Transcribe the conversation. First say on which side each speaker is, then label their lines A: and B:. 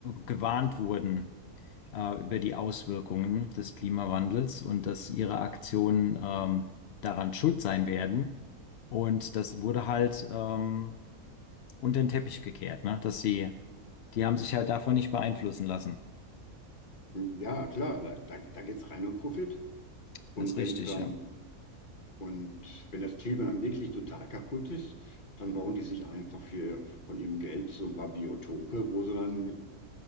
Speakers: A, on the left (about 70°); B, on the left (about 35°).
A: gewarnt wurden äh, über die Auswirkungen des Klimawandels und dass ihre Aktionen ähm, daran schuld sein werden. Und das wurde halt ähm, unter den Teppich gekehrt, ne? Dass sie, die haben sich halt davon nicht beeinflussen lassen.
B: Ja, klar, da, da, da geht es rein um Profit. Und
A: Das ist richtig,
B: wenn es dann,
A: ja.
B: und wenn das Klima dann wirklich total kaputt ist, dann bauen die sich einfach für, von ihrem Geld so ein paar Biotope, wo sie dann